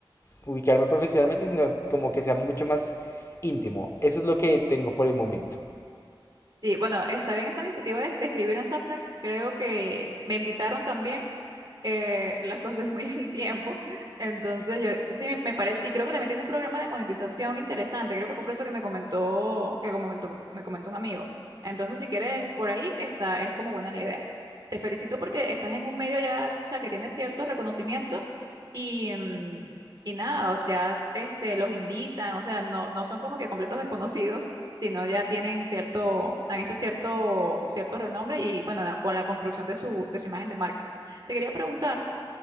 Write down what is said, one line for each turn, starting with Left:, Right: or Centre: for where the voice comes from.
Left: ubicarme profesionalmente, sino como que sea mucho más íntimo. Eso es lo que tengo por el momento.
Right: Sí, bueno, está bien esta iniciativa de, de escribir en Subtract, creo que me invitaron también eh, las cosas <laughs> muy el tiempo. Entonces, yo sí me, me parece, y creo que también tiene un programa de monetización interesante. Creo que fue por eso que me comentó, que como que me comentó un amigo. Entonces, si quieres, por ahí está, es como buena la idea. Te felicito porque estás en un medio ya, o sea, que tiene cierto reconocimiento y, mm, y nada, o- ya este, los invitan, o sea, no, no son como que completos desconocidos, sino ya tienen cierto, han hecho cierto, cierto renombre y bueno, nada, con la construcción de su, de su imagen de marca. Te quería preguntar,